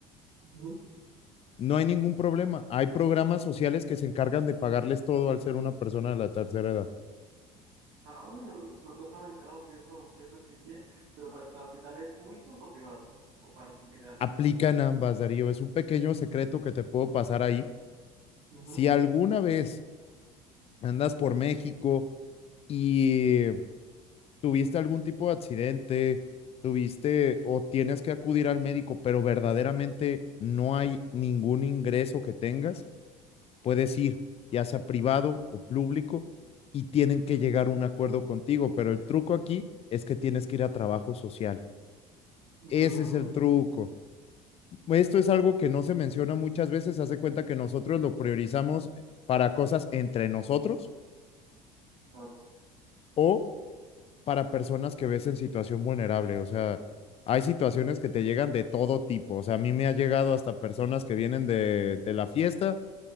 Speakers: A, on the right; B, on the left.
A: Ujú.
B: No hay ningún problema. Hay programas sociales que se encargan de pagarles todo al ser una persona de la tercera edad.
A: Ah, bueno, no, no estaba enterado que eso, que eso existía, pero para, para hospitales públicos o privados, o para en general.
B: Aplican ambas, Darío. Es un pequeño secreto que te puedo pasar ahí.
A: Ujú.
B: Si alguna vez andas por México y tuviste algún tipo de accidente, tuviste o tienes que acudir al médico, pero verdaderamente no hay ningún ingreso que tengas, puedes ir, ya sea privado o público, y tienen que llegar a un acuerdo contigo, pero el truco aquí es que tienes que ir a trabajo social.
A: Mm,
B: Ese es el truco. Esto es algo que no se menciona muchas veces. haz de cuenta que nosotros lo priorizamos para cosas entre nosotros
A: claro.
B: o para personas que ves en situación vulnerable. O sea, hay situaciones que te llegan de todo tipo. O sea, a mí me ha llegado hasta personas que vienen de, de la fiesta